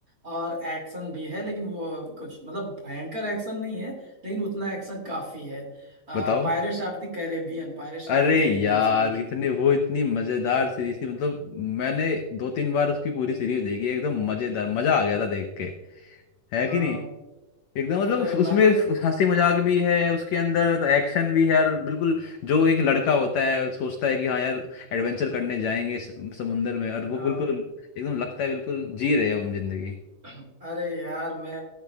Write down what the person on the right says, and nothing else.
और एक्शन भी है लेकिन वो कुछ मतलब भयंकर एक्शन नहीं है लेकिन उतना एक्शन काफी है Pirates
of the Caribbean पायरेट्स ऑफ
द कैरेबियन
series
हाँ
अब
से
मैं
तो
हाँ
अरे यार मैं